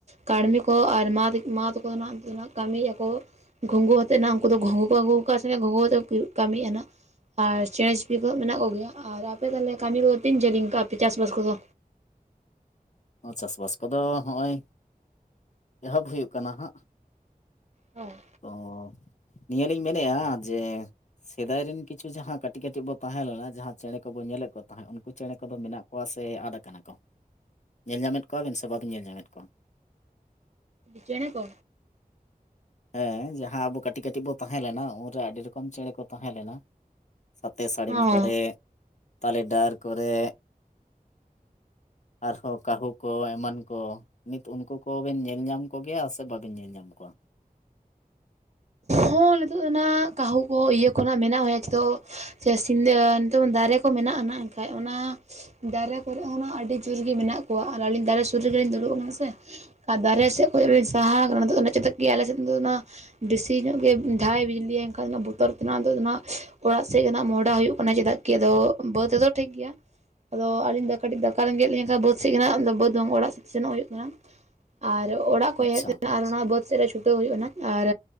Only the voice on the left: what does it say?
ᱪᱟᱥᱵᱟᱥ ᱠᱚᱫᱚ ᱦᱚᱜᱼᱚᱭ ᱮᱦᱚᱵ ᱦᱩᱭᱩᱜ ᱠᱟᱱᱟ ᱦᱟᱸᱜ
ᱛᱚ ᱱᱤᱭᱟᱹᱞᱤᱧ ᱢᱮᱱᱮᱫᱼᱟ ᱡᱮ ᱥᱮᱫᱟᱭ ᱨᱮᱱ ᱠᱤᱪᱷᱩ ᱡᱟᱦᱟᱸ ᱠᱟᱹᱴᱤᱡ ᱠᱟᱹᱴᱤᱡ ᱵᱚ ᱛᱟᱦᱮᱸ ᱞᱮᱱᱟ ᱡᱟᱦᱟᱸ ᱪᱮᱬᱮ ᱠᱚᱵᱚᱱ ᱧᱮᱞᱮᱫ ᱠᱚ ᱛᱟᱦᱮᱸᱫ ᱩᱱᱠᱩ ᱪᱮᱬᱮ ᱠᱚᱫᱚ ᱢᱮᱱᱟᱜ ᱠᱚᱣᱟ ᱥᱮ ᱟᱫ ᱟᱠᱟᱱᱟ ᱠᱚ ᱧᱮᱞ ᱧᱟᱢᱮᱫ ᱠᱚᱣᱟᱵᱮᱱ ᱥᱮ ᱵᱟᱵᱮᱱ ᱧᱮᱞ ᱧᱟᱢᱮᱫ ᱠᱚᱣᱟ
ᱦᱮᱸ ᱡᱟᱦᱟᱸ ᱟᱵᱚ ᱠᱟᱹᱴᱤᱡ ᱠᱟᱹᱴᱤᱡ ᱵᱚ ᱛᱟᱦᱮᱸ ᱞᱮᱱᱟ ᱩᱱᱨᱮ ᱟᱹᱰᱤ ᱨᱚᱠᱚᱢ ᱪᱮᱬᱮ ᱠᱚ ᱛᱟᱦᱮᱸ ᱞᱮᱱᱟ ᱥᱟᱛᱮ ᱥᱟᱹᱲᱤᱢ
ᱠᱚᱨᱮ ᱛᱟᱞᱮ ᱰᱟᱨ ᱠᱚᱨᱮ ᱟᱨᱦᱚᱸ ᱠᱟᱹᱦᱩ ᱠᱚ ᱮᱢᱟᱱ ᱠᱚ ᱱᱤᱛ ᱩᱱᱠᱩ ᱠᱚᱵᱮᱱ ᱧᱮᱞ ᱧᱟᱢ ᱠᱚᱜᱮᱭᱟ ᱥᱮ ᱵᱟᱵᱮᱱ ᱧᱮᱞ ᱧᱟᱢ ᱠᱚᱣᱟ
ᱟᱪᱪᱷᱟ